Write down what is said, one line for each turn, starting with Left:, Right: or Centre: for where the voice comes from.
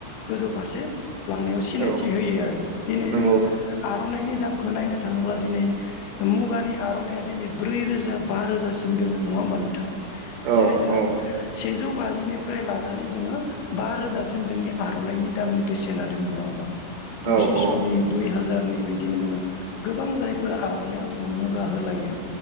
Left: गोजौ फारसे लांनायाव सिनायथि
Right: औ
Left: होयो आरो दिनै
Right: नंगौ
Left: जोङो आर'नाइनि दामखौ नायनो थाङोब्ला दिनै मुगानि आर'नाइया दिनै ब्रै रोजा बा रोजासिम दोङो नङा ओमबा नोंथां?
Right: औ
Left: जेरै जोङो
Right: औ
Left: सेजौ बाजिनिफ्राय लानानै जोङो बा रोजासिम जोंनि आर'नाइनि दामनि बेसेना दोङो नङा ओमबा
Right: औ
Left: पसिस'नि दुइ हाजारनि बिदिनो जोङो गोबां जायफोरा आर'नाइयाव जोङो मुगा होलायो।